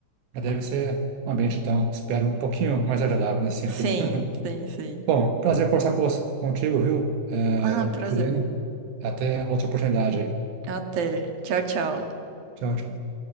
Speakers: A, on the right; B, on the right.
A: Mas Deve ser um ambiente, então, espero um pouquinho mais agradável nesse sentido.
B: Sim,
A: <laughs>
B: sim, sim.
A: Bom, prazer conversar com você, contigo, viu, eh,
B: Ah, prazer.
A: Juliana? Até outra oportunidade aí.
B: Até. Tchau, tchau.
A: Tchau, tchau.